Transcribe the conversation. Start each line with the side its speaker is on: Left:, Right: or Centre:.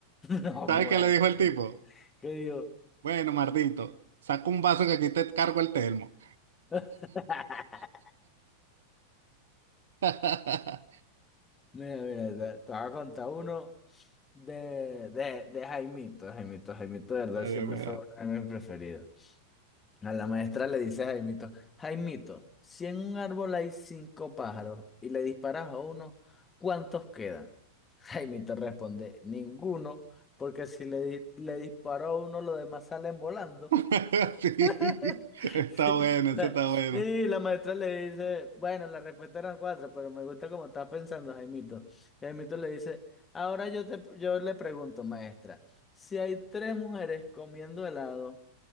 Left: No
Right: ¿Sabes
Left: puede
Right: qué le dijo el
Left: ser.
Right: tipo?
Left: ¿Qué digo?
Right: Bueno, mardito, saca un vaso que aquí te cargo el termo.
Left: <laughs>
Right: <laughs> Ay,
Left: Mira, mira, te, te voy a contar uno de, de, de Jaimito, Jaimito, Jaimito, de verdad,
Right: de
Left: siempre
Right: verdad.
Left: fue uno de mis preferidos. A la maestra le dice a Jaimito, Jaimito, si en un árbol hay cinco pájaros y le disparas a uno, ¿cuántos quedan? Jaimito responde, ninguno, porque si le, di- le disparo a uno, los demás salen volando.
Right: <laughs> Sí,
Left: <laughs>
Right: está
Left: Sí,
Right: bueno, ese
Left: la,
Right: está bueno.
Left: sí, la maestra le dice, bueno, la respuesta eran cuatro, pero me gusta cómo estás pensando, Jaimito. Y Jaimito le dice, ahora yo te, yo le pregunto, maestra, si hay tres mujeres comiendo helado,